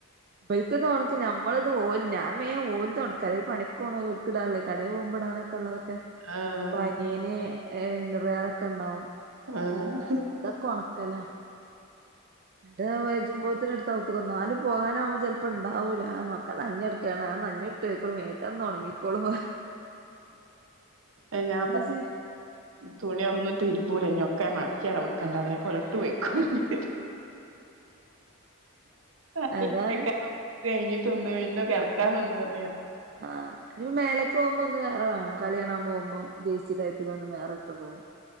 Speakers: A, on the right; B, on the right.
A: ഇബൽക്ക്ത് ഒണക്ക് ഞമ്മള്ത് ഓല് ഞാൻമേ ഓൽ തോണക്കാരാ. ഈ പണിക്ക് പോണോര് ഓൽക്കിടാള്ളേ കടേ പോവുമ്പോ ഇടാനൊ ക്കെള്ളതൊക്കെ
B: ആഹ്
A: ബന്യേന് ഇന്നർവയർ ഒക്കെണ്ടാവും
B: ആഹ്
A: അപ്പ അതൊക്കെ ഒണക്കന്നേ ന്നട്ട് വേജുമ്പോത്തിന് <unintelligible> ന്നാലും പോകാനാവുമ്പോ ചേൽപ്പണ്ടാവൂലാ. ആ നോക്കാ നനഞ്ഞെട്ക്കാണ് ആ നൻഞ്ഞ ഇട്ടൊയ്ക്കോളും മേത്തട്ന്ന് ഒണങ്ങി ക്കോളും
B: എയ് ഞാൻ പ്പോ
A: ചെയ്യാ
B: തുണി ഒന്നും തിര്മ്പൂല. ഇഞ്ഞൊക്കെ മടക്ക്യവടെ വെക്കണ്ട് അതേപോലെട്ട് പോയ്ക്കോളീം വയ്യ
A: അതാണ്
B: കേക്കാൻ കയ്ഞ്ഞ്ട്ടൊന്ന് പിന്നെ കെട്ക്കാനൊന്ന് പറ
A: ആഹ് അങ്ങനെ. ആഹ് ഇനിപ്പോ മേലക്കോവുമ്പോ ഒന്ന് വേറ വേണം. കളി കാണാ പോവ്മ്പോ ജെയ്സ് സിച്ച്ടാപ്പിലൊന്ന് വേറെ ഇട്ട് പോവും.